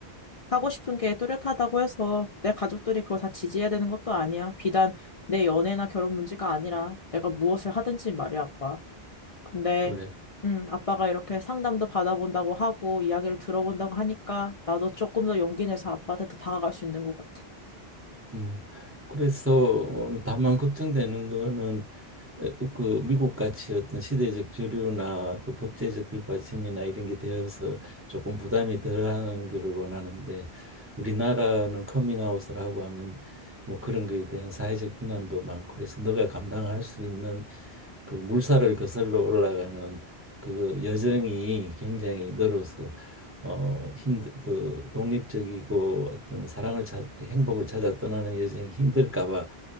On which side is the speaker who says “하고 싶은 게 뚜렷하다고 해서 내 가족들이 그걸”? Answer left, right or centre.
Left